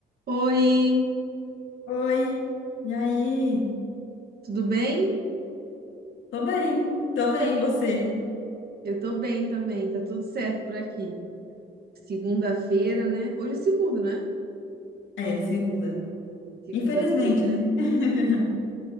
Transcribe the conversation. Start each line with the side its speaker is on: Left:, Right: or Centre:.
Right: Oi,
Left: Oi, e aí?
Right: tudo bem?
Left: Tô bem, tô bem, e você?
Right: Eu tô bem também, tá tudo certo por aqui. Segunda-feira, né? Hoje é segunda, né?
Left: É, segunda.
Right: Segunda-feira.
Left: Infelizmente, né? <laughs>